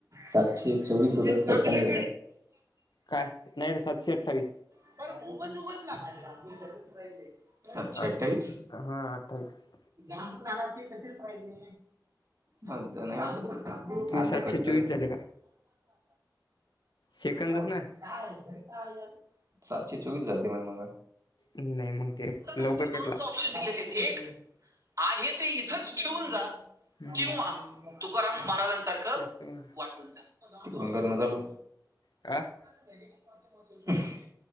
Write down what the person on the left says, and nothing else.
काय नाही सातशे अठ्ठावीस.
हा
अठ्ठावीस
तू
सातशे
चोवीस झाले का सेकंदच
ना
नाही मग ते लवकर
कटला
हम्म
तेच तर
काय.